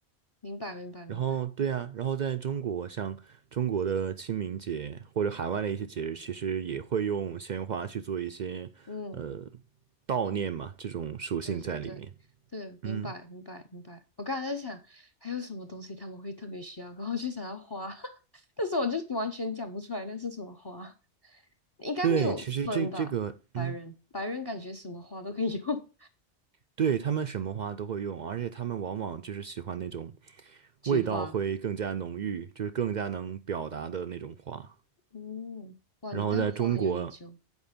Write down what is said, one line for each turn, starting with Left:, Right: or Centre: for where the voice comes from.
Left: 明白明白明白，
Right: 然后对呀，然后在中国，像中国的清明节或者海外的一些节日，其实也会用鲜花去做一些呃
Left: 嗯，
Right: 悼念嘛，
Left: 明白
Right: 这种属性在里面。
Left: 对对对对，明白明白明白。
Right: 嗯，
Left: 我刚才在想，还有什么东西他们会特别需要，<laughs> 然后就想要花，<laughs> 但是我就完全讲不出来那是什么花，应该没有分吧？
Right: 对，其实这这个，
Left: 白人白人感觉什么花都可以用，
Right: 嗯。对，他们什么花都会用，而且他们往往就是喜欢那种
Left: <laughs> 菊花。
Right: 味道会更加浓郁，就是更加能表达的那种花。
Left: 嗯，哇，
Right: 然后在中国，
Left: 你对花很有研究。